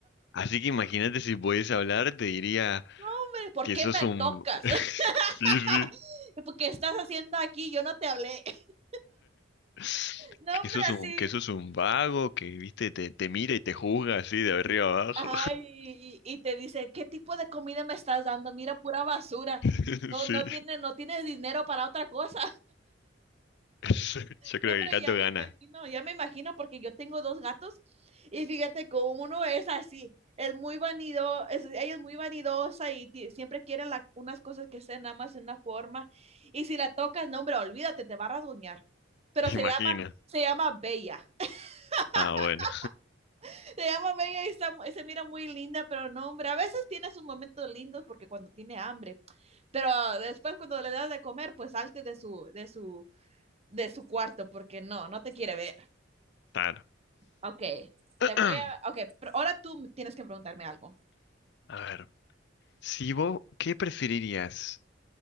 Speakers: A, on the left (about 60°); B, on the right (about 35°).
A: Así que imagínate si pudiese hablar, te diría
B: No, hombre, ¿Por
A: que
B: qué
A: sos
B: me
A: un...
B: tocas?
A: <laughs>
B: <laughs>
A: Sí,
B: Porque estás haciendo aquí? Yo no te hablé. <laughs>
A: sí.
B: no, hombre,
A: Que sos
B: así.
A: un, que sos un vago, que, viste, te, te mira y te juzga así de arriba abajo.
B: Ajá, y, y- y te dice, ¿qué tipo de comida me estás dando? Mira, pura basura.
A: <laughs>
B: No,
A: Sí.
B: no tiene, no tienes dinero para otra cosa.
A: <laughs> Yo creo que
B: No, hombre,
A: el gato
B: ya me
A: gana.
B: imagino, ya me imagino porque yo tengo dos gatos y fíjate que uno es así, es muy vanido, es- ella es muy vanidosa y ti- siempre quiere la- unas cosas que sean nada más en una forma y si la tocas, no, hombre, olvídate, te va a rasguñar. Pero
A: <laughs>
B: se
A: Imagina.
B: llama, se llama Bella, <laughs>
A: Ah, bueno,
B: Ah, se llama Bella y, está mu- y se mira muy linda, pero no, hombre, a veces tiene sus momentos lindos porque cuando tiene hambre, pero después cuando le das de comer, pues salte de su, de su, de su cuarto porque no, no te quiere ver.
A: claro.
B: Ok,
A: <clears throat>
B: te voy a. Ok, pero ahora tú me tienes que preguntarme algo.
A: A ver, si vos, ¿qué preferirías?